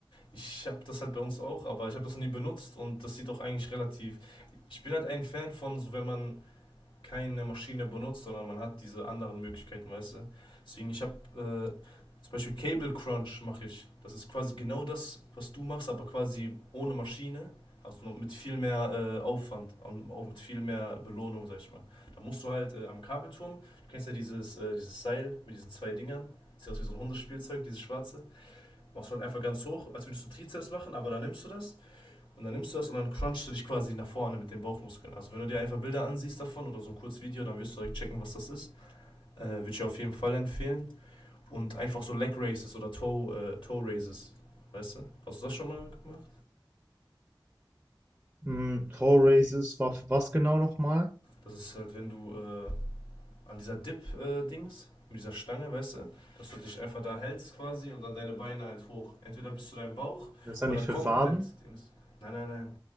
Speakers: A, on the left (about 70°); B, on the right (about 15°).
A: Ich habe das halt bei uns auch, aber ich habe das noch nie benutzt und das sieht doch eigentlich relativ. Ich bin halt ein Fan von, so wenn man keine Maschine benutzt, sondern man hat diese anderen Möglichkeiten, weißt du? Deswegen, ich habe äh, zum Beispiel Cable Crunch mache ich. Das ist quasi genau das, was du machst, aber quasi ohne Maschine. Also mit viel mehr äh, Aufwand, und auch mit viel mehr Belohnung, sag ich mal. Da musst du halt äh, am Kabelturm, du kennst ja dieses, äh, dieses Seil mit diesen zwei Dingern, sieht aus wie so ein Hundespielzeug, dieses schwarze. Machst du halt einfach ganz hoch, als würdest du Trizeps machen, aber da nimmst du das und dann nimmst du das und dann crunchst du dich quasi nach vorne mit den Bauchmuskeln. Also wenn du dir einfach Bilder ansiehst davon oder so ein kurzes Video, dann wirst du direkt checken, was das ist. Äh, Würde ich auf jeden Fall empfehlen. Und einfach so Leg raises oder Toe, äh, Toe raises Weißt du? Hast du das schon mal gemacht?
B: Mm, Toe Raises war für was genau nochmal?
A: Das ist halt, wenn du äh, an dieser Dip-Dings, äh, mit dieser Stange, weißt du, dass du dich einfach da hältst quasi und dann deine Beine halt hoch. Entweder bis zu deinem Bauch
B: Das ist ja
A: oder
B: nicht
A: komplett
B: für Waden?
A: Dings. Nein, nein, nein.